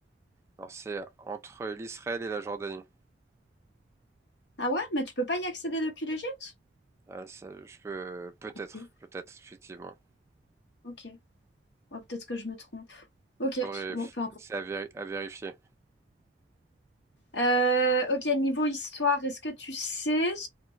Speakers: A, on the right; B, on the left.
A: Alors c'est entre l'Israël et la Jordanie.
B: Ah ouais, mais tu peux pas y accéder depuis l'Égypte?
A: Ah, ça, je peux peut-être,
B: Oui.
A: peut-être effectivement.
B: Ok. Ouais, peut-être que je me trompe. Ok,
A: Faudrait,
B: bon, peu importe.
A: c'est à, véri- à vérifier.
B: Euh, ok, niveau histoire, est-ce que tu sais